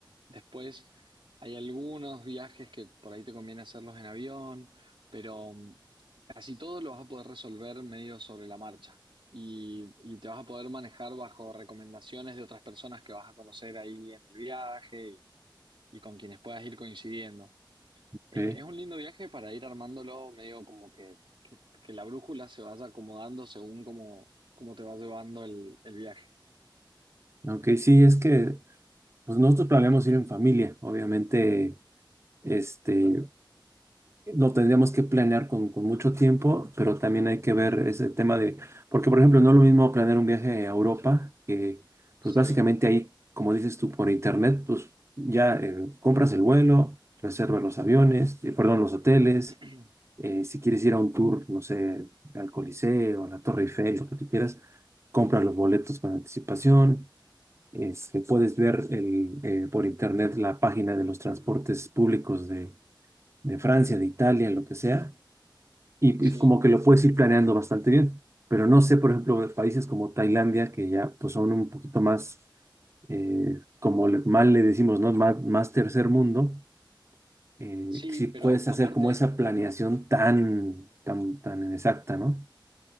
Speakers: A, on the right; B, on the right.
A: después hay algunos viajes que por ahí te conviene hacerlos en avión, pero mm, casi todo lo vas a poder resolver medio sobre la marcha y, y te vas a poder manejar bajo recomendaciones de otras personas que vas a conocer ahí en el viaje y, y con quienes puedas ir coincidiendo.
B: Ok,
A: Eh, es un lindo viaje para ir armándolo medio como que, que- que la brújula se vaya acomodando según cómo, cómo te va llevando el, el viaje.
B: ok, sí, es que pues nosotros planeamos
A: <clears throat>
B: ir en familia, obviamente, este, Lo tendríamos que planear con, con mucho tiempo, pero también hay que
A: Ujú,
B: ver ese tema de, porque por ejemplo, no es lo mismo planear un viaje a Europa, que pues
A: Sí.
B: básicamente ahí, como dices tú, por internet, pues ya eh, compras el vuelo, reservas los aviones, eh, perdón, los hoteles,
A: <clears throat>
B: eh, si quieres ir a un tour, no sé, al Coliseo, a la Torre Eiffel, lo que tú quieras, compras los boletos con anticipación, este, puedes ver el, eh, por internet la página de los transportes públicos de de Francia, de Italia, lo que sea y,
A: Sí,
B: y como que lo puedes ir planeando bastante bien. Pero no sé, por ejemplo, de países como Tailandia, que ya pues, son un poquito más, eh, como le- mal le decimos, ¿no? Más, más tercer mundo, eh,
A: Sí,
B: si puedes
A: pero
B: hacer
A: aparte,
B: como esa planeación tan, tan, tan exacta, ¿no?